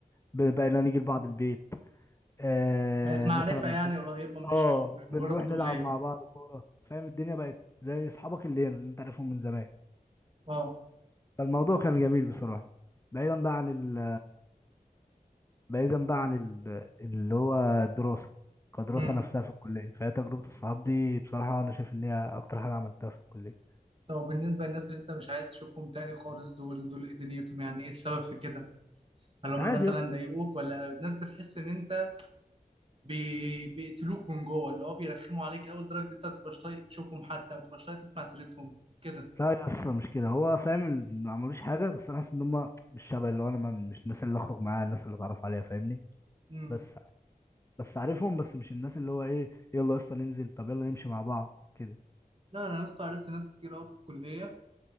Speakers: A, on the left; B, on the right.
A: بقينا نيجي لبعض البيت آه،
B: بقت معرفة
A: مثلا
B: يعني قريبة مش
A: اه
B: مش
A: بنروح
B: مجرد كلية
A: نلعب مع بعض كورة فاهم الدنيا بقت زي اصحابك اللي هنا اللي انت عارفهم من زمان
B: اه
A: فالموضوع كان جميل بصراحة بعيدا بقى عن ال بعيدا بقى عن ال اللي هو الدراسة كدراسة
B: امم
A: نفسها في الكلية فهي تجربة الصحاب دي بصراحة أنا شايف إن هي أكتر حاجة عملتها في الكلية
B: طب بالنسبة للناس اللي انت مش عايز تشوفهم تاني خالص دول دول ايه دنيتهم يعني ايه السبب في كده هل هم
A: عادي
B: مثلا
A: يا اسطى
B: ضايقوك ولا الناس بتحس ان انت بي... بيقتلوك من جوه اللي هو بيرخموا عليك اول درجة انت ما بتبقاش طايق تشوفهم حتى ما بتبقاش طايق تسمع سيرتهم كده
A: لا يا اسطى مش كده هو فاهم ال- ما عملوش حاجة بس أنا حاسس إن هما مش شبه اللي هو أنا ما- مش الناس اللي أخرج معاها الناس اللي أتعرف عليها فاهمني
B: امم
A: بس بس عارفهم بس مش الناس اللي هو إيه يلا يا اسطى ننزل طب يلا نمشي مع بعض كده
B: لا انا يا اسطى عرفت ناس كتير قوي في الكلية